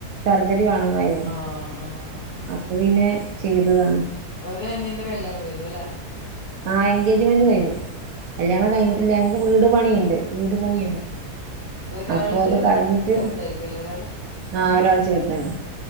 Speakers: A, on the right; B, on the left.
A: സർജറി
B: ഒ
A: വേണെന്നായിരുന്നു
B: ആഹ് ആഹ് ആഹ് ആഹ്
A: അപ്പൊ പിന്നെ ചെയ്തതാണ്
B: ഒരു അനിയന്റെ കല്യാണം കഴിഞ്ഞുല്ലേ
A: ആഹ് എൻഗേജ്മെന്റ് കഴിഞ്ഞു കല്യാണം കഴിഞ്ഞിട്ടില്ല
B: ഓ
A: ഞങ്ങക്ക് വീട് പണിണ്ട് വീട് പണിയാണ്
B: അഹ് ഒരാളത്
A: അപ്പൊ അത് കഴിഞ്ഞിട്ട്
B: ചെറുതായിരിക്കുവല്ലേ ഒരാള്?
A: ആഹ ഒരാൾ ചേർതെന്നെ